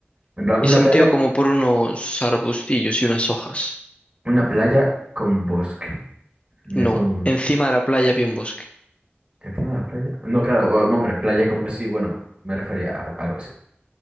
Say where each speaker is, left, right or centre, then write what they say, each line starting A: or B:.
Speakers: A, on the right; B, on the left.
A: En plan,
B: y
A: una
B: se metió
A: playa,
B: como por unos arbustillos y unas hojas.
A: una playa con bosque. Me
B: No,
A: pongo
B: encima de la playa había un bosque.
A: encima de la playa. No, claro, o- hombre, playa con... Sí, bueno, me refería a algo así.